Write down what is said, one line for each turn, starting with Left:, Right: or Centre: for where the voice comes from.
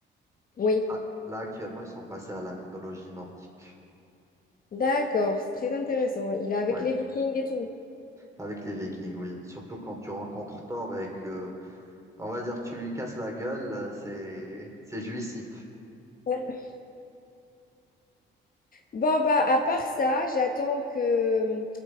Left: Oui,
Right: Là, là, actuellement, ils sont passés à la mythologie nordique.
Left: d'accord, c'est très intéressant. Il est avec
Right: Ouais,
Left: les Vikings et tout. <laughs>
Right: avec les Vikings, oui. Surtout quand tu rencontres Thor et que, on va dire que tu lui casses la gueule, euh, c'est, c'est jouissif.
Left: Ouais. Bon, bah, à part ça, j'attends que euh,